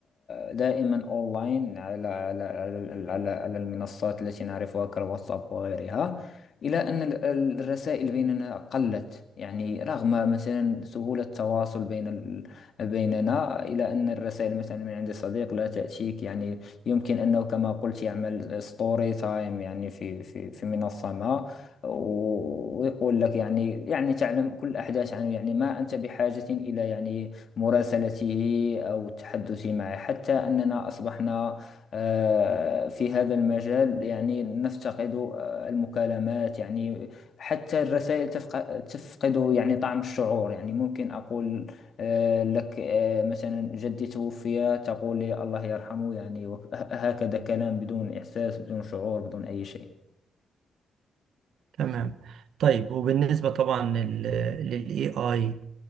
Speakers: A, on the left; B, on the right.
A: آه، دائما أونلاين على على على على على المنصات التي نعرفها كالواتساب وغيرها إلى أن ال- ال- الرسائل بيننا قلت يعني رغم مثلا سهولة التواصل بين ال- بيننا إلى أن الرسائل مثلا من عند صديق لا تأتيك يعني يمكن أنه كما قلت يعمل ستوري تايم يعني في في في منصة ما و- ويقول لك يعني يعني تعلم كل الأحداث عنه يعني ما أنت بحاجة إلى يعني مراسلته أو التحدث معه حتى أننا أصبحنا آه، في هذا المجال يعني نفتقد آه، المكالمات يعني حتى الرسائل تفق- تفقد يعني طعم الشعور يعني ممكن أقول آه، لك آه، مثلا جدي توفي تقول لي الله يرحمه يعني وك- هكذا كلام بدون إحساس بدون شعور بدون أي شيء
B: تمام طيب وبالنسبة طبعا لل للاي اي